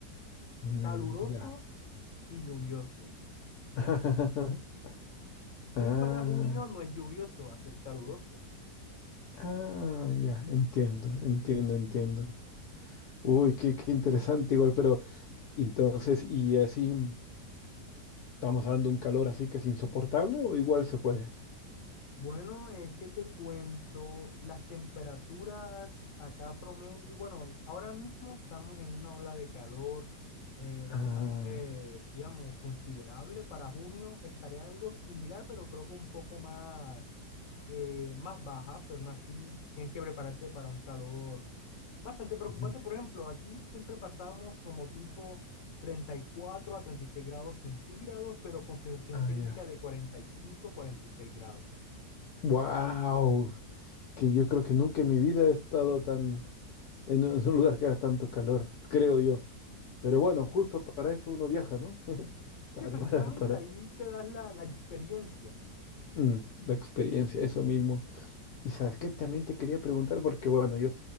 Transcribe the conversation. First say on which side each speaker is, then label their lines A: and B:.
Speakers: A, on the left; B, on the left.
A: Mm,
B: caluroso
A: ya.
B: y lluvioso, ya.
A: <laughs> Ah,
B: Y para junio no es lluvioso, va a ser caluroso.
A: ah, ya, entiendo, entiendo, entiendo. Uy, qué, qué interesante igual, pero entonces, y así. ¿Estamos hablando de un calor así que es insoportable o igual se puede?
B: Bueno, eh, ¿qué te cuento? Las temperaturas acá promedio, bueno, ahora mismo estamos en una ola de calor eh, bastante,
A: Ah,
B: digamos, considerable. Para junio estaría algo similar, pero creo que un poco más, eh, más baja, pero aún así tienes que prepararte para un calor bastante preocupante.
A: Ujú.
B: Por ejemplo, aquí siempre pasamos como tipo 34 a 36 grados centígrados, pero con sensación
A: ah,
B: térmica
A: ya.
B: de cuarenta cuarenta y cinco, a 46 grados.
A: Wow, que yo creo que nunca en mi vida he estado tan en un en un lugar que haga tanto calor, creo yo. Pero bueno, justo para eso uno viaja, ¿no? <laughs>
B: Sí,
A: Para,
B: efectivamente,
A: para, para
B: ahí te das la, la experiencia.
A: mm, la experiencia, eso mismo. Y sabes qué, también te quería preguntar, porque bueno, yo,